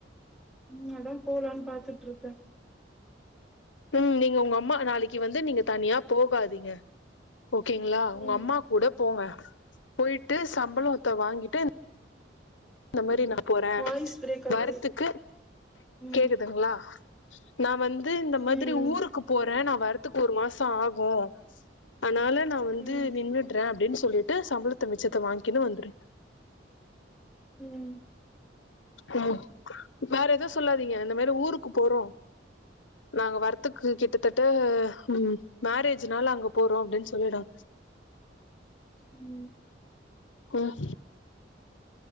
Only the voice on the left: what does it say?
ம் நீங்க உங்க அம்மா நாளைக்கு வந்து நீங்க தனியா போகாதீங்க ஓகேங்களா உங்க
அம்மா கூட போங்க போயிட்டு சம்பளோத்த வாங்கிட்டு இந்த மாரி நா போற
வரதுக்கு
கேக்குதுங்ளா நா வந்து இந்த மாதிரி
ஊருக் கு போறே நா வர்றதுக்கு ஒரு மாச ஆகு அதனால நா வந்து
நின்னு ட்ற அப்டின் சொல்லிட்டு சம்பளத்த மிச்சத்த வாங்கினு வந்துரு
ம் வேற எதவு சொல்லாதீங்க இந்த மாரி ஊருக்கு போறோ நாங்க வரத்துக்கு கிட்டத்தட்ட ம் மேரேஜ் நால அங்க போறோ அப்டின்னு சொல்லிடு
ம்